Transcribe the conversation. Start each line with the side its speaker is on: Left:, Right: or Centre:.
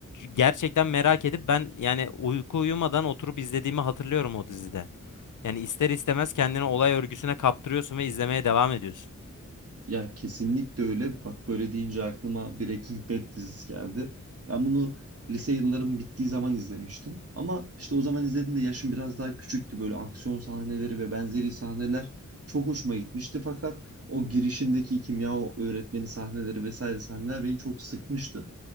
Left: Gerçekten merak edip ben yani uyku uyumadan oturup izlediğimi hatırlıyorum o dizide. Yani ister istemez kendini olay örgüsüne kaptırıyorsun ve izlemeye devam ediyorsun.
Right: Ya kesinlikle öyle. Bak böyle deyince aklıma Breaking Bad dizisi geldi. Ben bunu lise yıllarım bittiği zaman izlemiştim. Ama işte o zaman izlediğimde yaşım biraz daha küçüktü. Böyle aksiyon sahneleri ve benzeri sahneler çok hoşuma gitmişti. Fakat o girişindeki kimya öğretmeni sahneleri vesaire sahneler beni çok sıkmıştı.